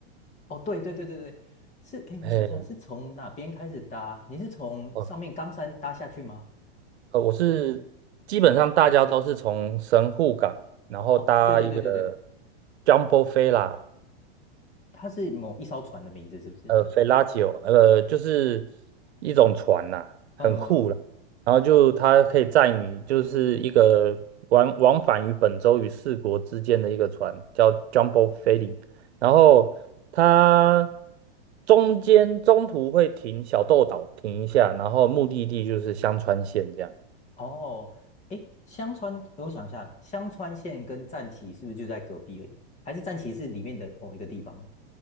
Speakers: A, on the left; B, on the right.
A: 哦，对对对对对，是，哎，
B: 嘿。
A: 我想一下，是从哪边开始搭？你是从上面冈山搭下去吗？
B: 哦。呃，我是基本上大家都是从神户港，然后搭一个
A: 哦，对对对对对，
B: Jumbo Fella，
A: 它是某一艘船的名字，是不是？
B: 呃，Fellatio，呃，就是一种船啦，很酷啦。
A: 呃，
B: 然后就它可以载你，就是一个往往返于本州与四国之间的一个船，叫 Jumbo f e r r 然后它中间中途会停小豆岛停一下，然后目的地就是香川县这样。
A: 哦，哎，香川，我想一下，香川县跟战旗是不是就在隔壁而已？还是战旗是里面的某一个地方？